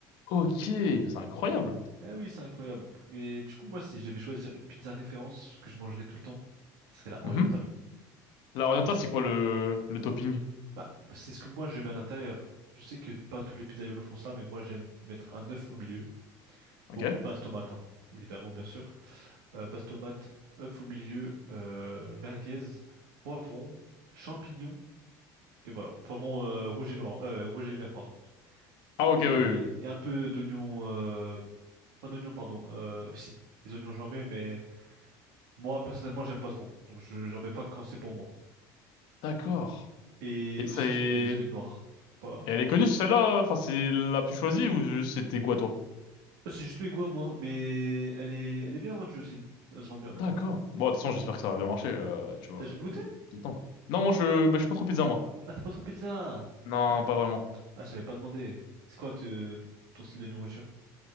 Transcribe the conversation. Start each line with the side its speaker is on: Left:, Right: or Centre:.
Left: Ok. mais C'est incroyable.
Right: Ah oui, c'est incroyable. Mais du coup, moi, si je devais choisir une pizza référence que je mangerais tout le temps, ce serait la orientale.
Left: Mhm. La orientale,
Right: Je sais-
Left: c'est quoi le, le topping?
Right: Bah, c'est ce que moi je mets à l'intérieur. Je sais que pas tous les pizzaiolos font ça, mais moi j'aime mettre un œuf au milieu.
Left: Ok.
Right: Bon, base tomate, hein, évidemment, bien sûr. Euh, base tomate, œuf au milieu, euh, merguez, poivron, champignons et voilà. Poivron euh, rouge et noir, euh, rouge et vert, pardon.
Left: Ah, ok,
Right: et,
Left: oui, oui, oui.
Right: et un peu d'oignons, euh, pas d'oignons, pardon, euh, si, des oignons j'en mets, mais moi personnellement j'aime pas trop, donc je, j'en mets pas quand c'est pour moi.
Left: D'accord.
Right: Et
Left: Et c'est,
Right: aussi je mets des olives noires, pas...
Left: Et elle est connue celle-là, enfin c'est la plus choisie ou juste c'était quoi toi?
Right: Oh, c'est juste mes goûts à moi, mais elle est, elle est bien vendue aussi, elle se vend bien quand
Left: D'accord.
Right: même.
Left: Bon, de toute façon, j'espère que ça va bien marcher, euh, tu vois,
Right: T'as jamais goûté?
Left: euh, tout le temps, quoi. Non, moi je, bah, je suis pas trop pizza moi.
Right: Ah t'es pas trop pizza!
Left: Non,
Right: Ah,
Left: pas vraiment.
Right: ah je t'avais pas demandé, c'est quoi te- ton style de nourriture?